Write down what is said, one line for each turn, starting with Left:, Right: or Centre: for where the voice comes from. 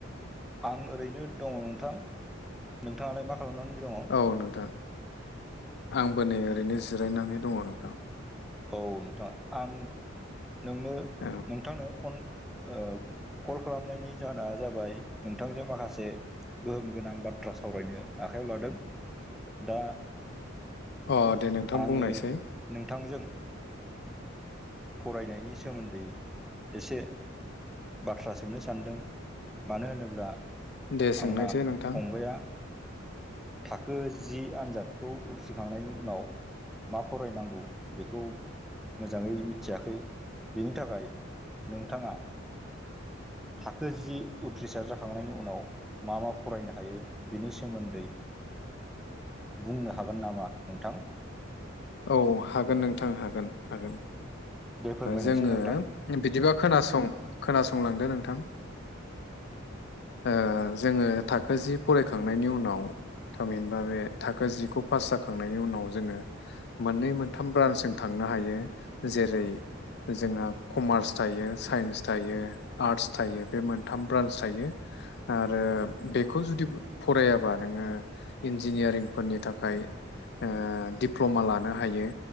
Centre: आं ओरैनो दङ नोंथां। नोंथाङालाय मा खालामनानै दङ?
Left: औ नोंथां आंबो नै ओरैनो जिरायनानै दङ नोंथां।
Centre: औ नोंथाङा आं नोंनो
Left: औ
Centre: नोंथांनो फन ओ कल खालामनायनि जाहोना जाबाय नोंथांजों माखासे गोहोम गोनां बाथ्रा सावरायनो आखायाव लादों दा
Left: अ दे नोंथां
Centre: आङो
Left: बुंनायसै।
Centre: नोंथांजों फरायनायनि सोमोन्दै एसे बाथ्रा सोंनो सानदों मानो होनोब्ला
Left: दे सोंनायसै
Centre: आंना
Left: नोंथां
Centre: फंबाया थाखो जि आन्जादखौ उथ्रिखांनायनि उनाव मा फरायनांगौ बेखौ मोजाङै मिथि मिथियाखै बिनि थाखाय नोंथाङा थाखो जि उथ्रिसार जाखांनायनि उनाव मा मा फरायनो हायो बिनि सोमोन्दै बुंनो हागोन नामा नोंथां?
Left: औ हागोन नोंथां हागोन हागोन
Centre: दे फोरमायनायसै
Left: जोङो
Centre: नोंथां
Left: बिदिबा खोनासं खोनासंलांदो नोंथां। ओ जोङो थाखो जि फरायखांनायनि उनाव थामहिनबा बे थाखो जिखौ पास जाखांनायनि उनाव जोङो मोननै मोनथाम ब्रान्सजों थांनो हायो जेरै जोंहा कमार्स थायो साइन्स थायो। आर्टस थायो बे मोनथाम ब्रान्स थायो। आरो बेखौ जुदि फरायाबा नोङो इन्जिनियारिंफोरनि थाखाय ओ दिप्ल'मा लानो हायो।